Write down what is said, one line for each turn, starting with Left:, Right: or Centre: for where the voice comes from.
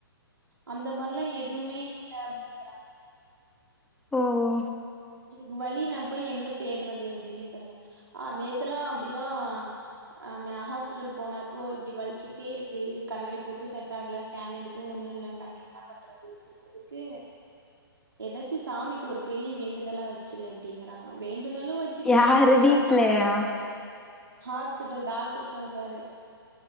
Right: அந்த மாரிலா எதுவுமே இல்ல அப்டிங்கறாங்க
Centre: ஓ ஓ
Right: இதுக்கு வலி நா போய் எங்க தேட்றது அப்டினே தெர்ல ஆ நேத்தலா அப்டிதா ஆ மியா ஹாஸ்பிட்டல் போனப்போ இப்டி வலிச்சிக்கிட்டே இருக்கு கண்ணாடி போட்டோ செட் ஆகல ஸ்கேன் எடுத்தோ ஒன்னோ இல்லன்ட்டாங்க என்ன பண்றது அப்டின்னதுக்கு எதாச்சு சாமிக்கு ஒரு பெரிய வேண்டுதலா வச்சுரு அப்டிங்குறாங்க வேண்டுதலு வச் சிடனே
Centre: யாரு
Right: சரியாக
Centre: வீட்லயா
Right: மாட்டுது ஹாஸ்பிட்டல் டாக்டர் சொல்றாரு